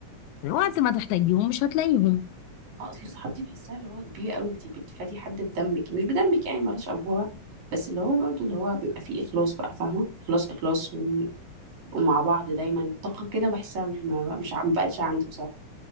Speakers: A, on the left; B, on the right.
A: الوقت ما تحتاجيهم مش هتلاقيهم
B: اه اصل الصحاب دي بحسها اللي هو كبير قوي انت بتفادي حد بدمك مش بدمك يعني مالوش افواه بس اللي هو برضه اللي هو بيبقى فيه اخلاص بقى فاهمه اخلاص اخلاص ون- ومع بعض دايما طاقه كده بحسها ما- مش ع- ما بقتش عندي بصراحه